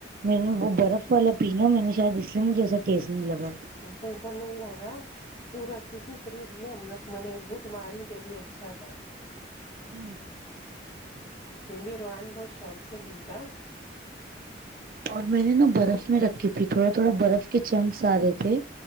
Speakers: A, on the right; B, on the left.
A: میرے نے وہ برف والا پینا میں نے شاید اس لیے مجھے ایسا ٹیسٹ نہیں لگا
B: تو کو نہیں ل گا تو رکھی تھی فریج میں ہم لوگ میں نے گٹ ماریج ابھی اچھا تھا <unintelligible>
A: ہوں <unintelligible>
B: میں بھی روحان بہت شوق سے پ تھا
A: اور میں نے نا برف میں رکھی تھی تھوڑا تھوڑا برف کے چنکس آ رہے تھے